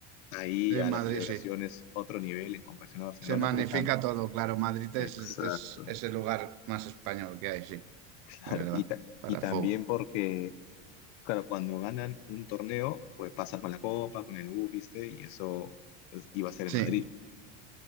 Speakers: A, on the left (about 70°); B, on the right (about 60°).
A: ahí
B: En
A: a
B: Madrid,
A: las celebraciones
B: sí.
A: otro nivel en comparación a Barcelona,
B: Se magnifica
A: pero tan...
B: todo, claro. Madrid
A: Exacto,
B: es, es, es el lugar más español que hay, sí,
A: <laughs> claro.
B: de verdad,
A: Y, ta-
B: para
A: y también
B: el fútbol.
A: porque Claro, cuando ganan un torneo, pues pasan con la copa, con el bus, ¿viste? Y eso pues, iba a ser
B: Sí,
A: en Madrid.